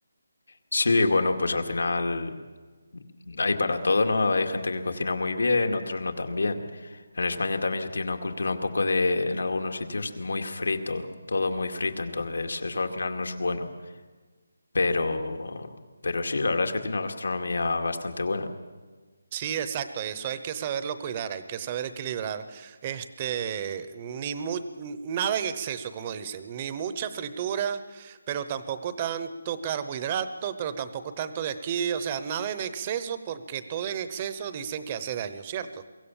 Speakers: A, on the left; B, on the right.
A: sí, bueno, pues al final hay para todo, ¿no? Hay gente que cocina muy bien, otros no tan bien. En España también se tiene una cultura un poco de, en algunos sitios, muy frito, todo muy frito, entonces eso al final no es bueno. Pero, pero sí, la verdad es que tiene una gastronomía bastante buena.
B: Sí, exacto, eso hay que saberlo cuidar, hay que saber equilibrar, este, ni mu- n- nada en exceso, como dicen, ni mucha fritura, pero tampoco tanto carbohidrato, pero tampoco tanto de aquí, o sea, nada en exceso, porque todo en exceso dicen que hace daño, ¿cierto?